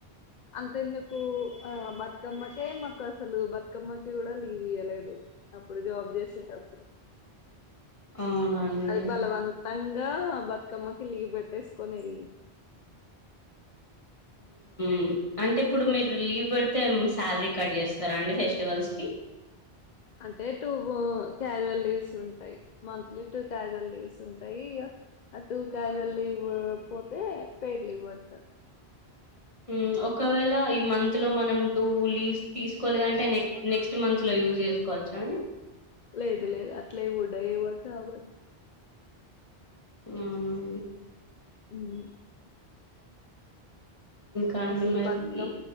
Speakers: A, on the left (about 50°); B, on the left (about 30°).
A: అంతెందుకు ఆ బతుకమ్మకే మాకు అసలు బతుకమ్మక కూడా లీవ్ ఇయలేదు, అప్పుడు జాబ్ చేసేటప్పుడు
B: అవునా అండి
A: అది బలవన్ పం కా బతకమ్మకి లీవ్ పెట్టేసుకొని వెళ్ళి
B: మ్ అంటే ఇప్పుడు మీరు లీవ్ పెడితే శాలరీ కట్ చేస్తారా అండి ఫెస్టివల్స్కి
A: అంటే టూ క్యాజువల్ లీవ్స్ ఉంటాయి, మంత్లీ టూ క్యాజువల్ లీవ్స్ ఉంటాయి, ఆ టూ క్యాజువల్ లీవ్ పోతే పెయిడ్ లీవ్ పడతారు.
B: మ్ ఒకవేళ ఈ మంత్ లో మనం టూ లీవ్స్ తీసుకోలేదంటే నెక్ నెక్స్ట్ మంత్ లో యూస్ చేసుకోవచ్చా అండి
A: లేదు లేదు అట్ల ఇ ఉడా ఇవ్వద్దు అవద్దు
B: అవునండి
A: మ్
B: ఇంకా అండి
A: అసలు
B: మరి
A: పకం